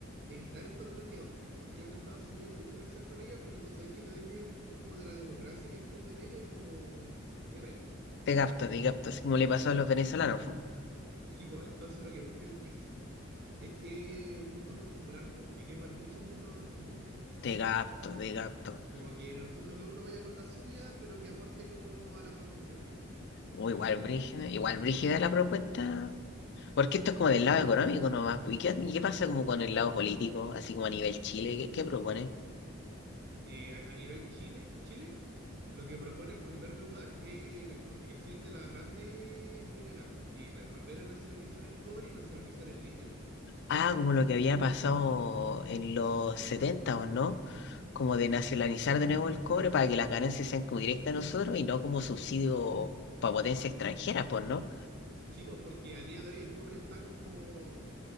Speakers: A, on the right (about 55°); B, on the left (about 55°).
A: evitar estos bloqueos. Porque en Estados Unidos podéis comerciar con ellos, pero tú sabéis que te desvías un poco como de la democracia que entienden ellos y como era ahí.
B: te capto, te capto, así como le pasó a los venezolanos. fu.
A: Sí, pues entonces lo que busca el BRICS es que un mundo multipolar, pues, que quepan muchos mundos en nuestro mundo.
B: Te capto, te capto.
A: Como que en el fondo cada uno vaya con la suya, pero que aporte como a la paz mundial,
B: O
A: a
B: igual
A: estabilidad.
B: brígida, igual brígida la propuesta. Porque esto es como del lado económico nomás. pues, ¿Y qué, y qué pasa como con el lado político, así como a nivel Chile? ¿Qué, qué propone?
A: Eh, a a nivel Chile, Chile. Lo que propone en primer lugar es la expropiación de las grandes mineras y na- volver a nacionalizar el cobre y nacionalizar el litio.
B: Ah, como lo que había pasado en los 70 o no, como de nacionalizar de nuevo el cobre para que las ganancias sean como directas a nosotros y no como subsidio para potencias extranjeras, pues, ¿no?
A: Sí, pues porque a día de hoy el cobre está como